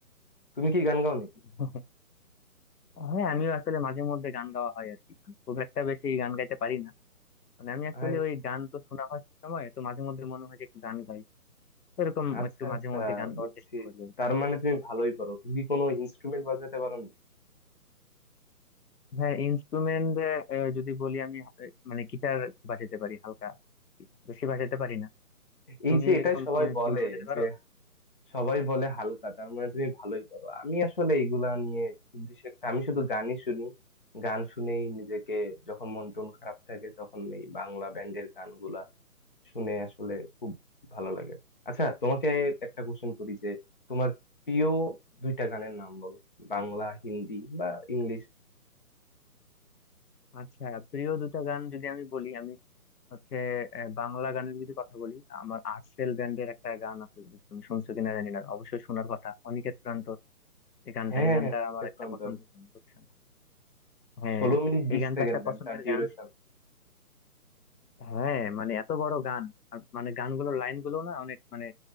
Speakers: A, on the left; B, on the left.
A: তুমি কি গান গাও নাকি
B: <laughs> হ্যাঁ আমিও আসলে মাঝে মধ্যে গান গাওয়া হয় আর কি মানে খুব একটা বেশি গান গাইতে পারি না মানে আমি অ্যাকচুয়ালি
A: আয়
B: ওই গান তো শোনা হয় সবসময় তো মাঝে মধ্যে মনে হয় যে একটু গান গাই এরকম
A: আচ্ছা
B: একটু মাঝে
A: আচ্ছা
B: মধ্যে গান গাওয়ার
A: বুঝছি
B: চেষ্টা করি আর
A: তার
B: কি
A: মানে তুমি ভালোই পারো তুমি কি কোনো ইনস্ট্রুমেন্ট বাজাতে পারো নাকি
B: হ্যাঁ ইনস্ট্রুমেন্ট যদি বলি আমি আহ, মানে গিটার বাজাতে পারি হালকা বেশি বাজাতে পারি না
A: এই
B: তুমি
A: যে এটাই
B: এরকম
A: সবাই
B: কোন ইনস্ট্রুমেন্ট
A: বলে
B: বাজাতে পারো
A: যে সবাই বলে হালকা তার মানে তুমি ভালোই পারো আমি আসলে এইগুলা নিয়ে খুব বেশি একটা আমি শুধু গানই শুনি গান শুনেই নিজেকে যখন মন টন খারাপ থাকে তখন এই বাংলা ব্যান্ডের গানগুলা শুনে আসলে খুব ভালো লাগে আচ্ছা তোমাকে একটা কোশ্চেন করি যে তোমার প্রিয় দুইটা গানের নাম বলো বাংলা হিন্দি বা ইংলিশ
B: আচ্ছা প্রিয় দুটো গান যদি আমি বলি আমি হচ্ছে আহ, বাংলা গানের যদি কথা বলি আমার আর্টসেল ব্যান্ডের একটা গান আছে যদি তুমি শুনছো কিনা জানি না অবশ্যই শোনার কথা অনিকেত প্রান্তর এই গানটা
A: হ্যাঁ
B: এই গানটা
A: হ্যাঁ অনিকেত
B: আমার একটা
A: প্রান্তর
B: পছন্দের গান বুঝছেন হ্যাঁ
A: ষোলো মিনিট বিশ
B: এই গানটা
A: সেকেন্ড
B: একটা
A: গানটার
B: পছন্দের
A: ডিউরেশন
B: গান হ্যাঁ মানে এত বড় গান আর মানে গানগুলোর লাইনগুলো না অনেক মানে